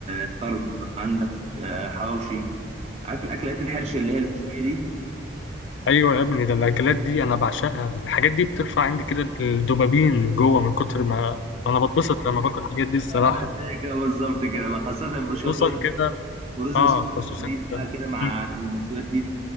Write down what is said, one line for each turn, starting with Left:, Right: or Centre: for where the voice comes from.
Right: الطرب عندك آه، حواوشي عارف الاكلات الحرش اللي هي المشويه دي
Left: ايوه يا ابني ده الاكلات دي انا بعشقها الحاجات دي بترفع عندي كده الدوبامين من جوه من كتر ما انا بتبسط لما باكل الحاجات دي الصراحه
Right: انا زي كده بالظبط كده بقى خاصه شويه
Left: خصوصا كده
Right: ورز
Left: اه
Right: وسبيب
Left: خصوصا كده
Right: بقى كده مع
Left: مم.
Right: المشويات دي